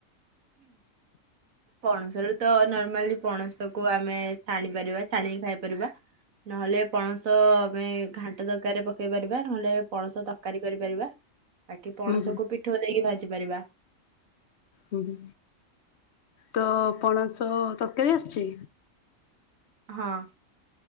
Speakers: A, on the right (about 85°); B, on the left (about 60°).
A: ପଣସ ରେ ତ ନର୍ମାଲି ପଣସକୁ ଆମେ ଛାଣି ପାରିବା ଛାଣିକି ଖାଇପାରିବା ନହେଲେ ପଣସ ଆମେ ଘାଣ୍ଟ ତରକାରରେ ପକେଇ ପାରିବା ନହେଲେ ପଣସ ତରକାରୀ କରିପାରିବା। ବାକି ପଣସକୁ
B: ହୁଁ ହୁଁ
A: ପିଠୋଉଦେଇକି ଭାଜି ପାରିବା।
B: ଉଁ ହୁଁ ତ ପଣସ ତରକାରି ଆସଚି?
A: ହଁ।